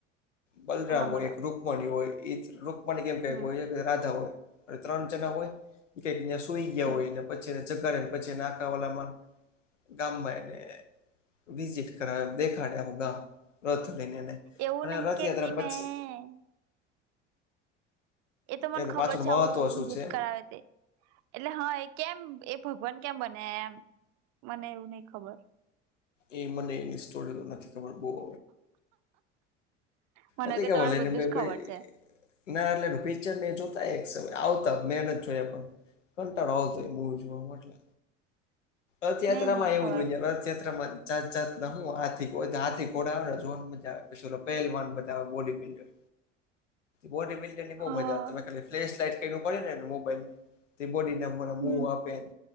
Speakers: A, on the left; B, on the right.
A: બલરામ
B: હા
A: હોય
B: બોલો
A: એક રુકમણી હોય એ રૂપણી કેમ કઈક
B: હમ
A: હોય રાધા હોય ત્રણ જના હોયઈક સુઈ ગયા
B: હમ
A: હોયને પછી જગગાને પછી નાખવાલામાં ગામમાં એ વિઝિટ કર દેખાડ્યા ભગા રથ લઈને એને
B: એવું
A: અને
B: નહિ
A: રથયાત્રા
B: કેતી
A: પછી
B: મેં એ તો મને
A: એનું
B: ખબર
A: પાછળ
B: છે
A: મહત્વ
B: આવું વિઝિટ
A: શું છે
B: કરાવે તે એટલે હા એ કેમ એ ભગવાન કેમ બને એમ મને એવું નહ ખબર
A: એ મને એની સ્ટોરી નથી ખબર બહ
B: મને
A: નથી
B: કે
A: ખબર
B: તને
A: એને
B: બધું
A: મેં
B: જ ખબર
A: કોઈ
B: છે
A: ના એટલે પિક્ચર નને જોતા એક સમય આવતા મેન જોયા પણ કંટાળ આવતો એ બહ જોવા એટલે
B: <inaudible>
A: રથયાત્રા
B: મેં નહી
A: માં એવું
B: ખબર
A: દું રથયાત્રામાં ચાત ચાત હું હાથી હાથી કોન મજા આવે પછ પહે બોડી બિલ્ડર બોડી બિલ્ડર ની બહુ
B: હા
A: મજા આવે તમે ખાલી ફ્લેસ લાઈટ ક પડેનેને મોબાઈલને તે બોડીનેને મ
B: હમ
A: આપે